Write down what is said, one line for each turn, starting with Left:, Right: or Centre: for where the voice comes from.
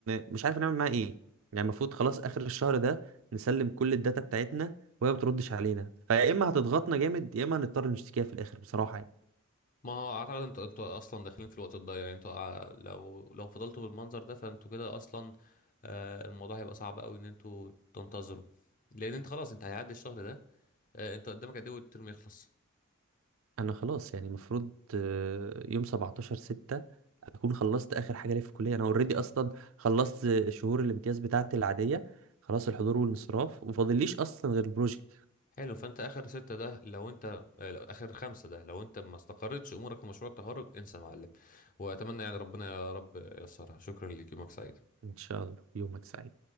Right: مش عارف نعمل معاه ايه يعني المفروض خلاص اخر الشهر ده نسلم كل الداتا بتاعتنا وهي ما بتردش علينا فيا اما هتضغطنا جامد يا اما هنضطر نشتكيها في الاخر بصراحه يعني
Left: ما هو اعتقد انتوا انتوا اصلا داخلين في الوقت الضايع يعني انتوا آه، لو لو فضلتوا بالمنظر ده فانتوا كده اصلا آه، الموضوع هيبقى صعب قوي ان انتوا تنتظروا لان انت خلاص انت هيعدي الشهر ده آه، انت قدامك قد ايه والترم يخلص
Right: انا خلاص يعني المفروض آه، يوم 17 6 اكون خلصت اخر حاجه ليا في الكليه انا اوريدي اصلا خلصت شهور الامتياز بتاعتي العاديه خلاص الحضور والانصراف ومفاضليش اصلا غير البروجكت
Left: حلو فانت اخر ستة ده لو انت آه، لو اخر خمسة ده لو انت ما استقرتش امورك في مشروع التخرج انسى يا معلم واتمنى يعني ربنا يا رب ييسرها شكرا ليك يومك سعيد
Right: ان شاء الله يومك سعيد